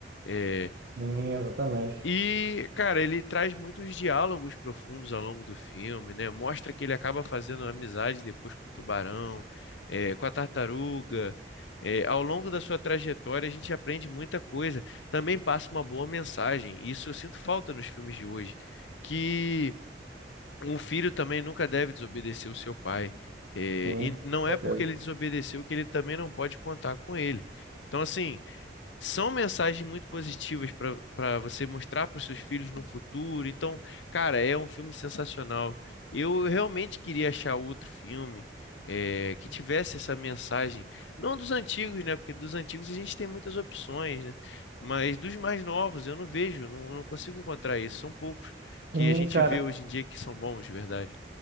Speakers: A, on the left (about 85°); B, on the right (about 60°).
A: É,
B: sim, exatamente.
A: e, cara, ele traz muitos diálogos profundos ao longo do filme, né? Mostra que ele acaba fazendo amizade depois com o tubarão, é, com a tartaruga. É, ao longo da sua trajetória, a gente aprende muita coisa. Também passa uma boa mensagem. Isso eu sinto falta nos filmes de hoje, que um filho também nunca deve desobedecer o seu pai. Eh,
B: Sim,
A: e não
B: certeza.
A: é porque ele desobedeceu que ele também não pode contar com ele. Então, assim, são mensagens muito positivas para para você mostrar para os seus filhos no futuro. Então, cara, é um filme sensacional. Eu realmente queria achar outro filme eh, que tivesse essa mensagem, não dos antigos, né? Porque dos antigos a gente tem muitas opções, né? Mas dos mais novos eu não vejo, não, não consigo encontrar isso. São poucos que
B: Sim,
A: a gente
B: cara,
A: vê hoje em dia que são bons de verdade.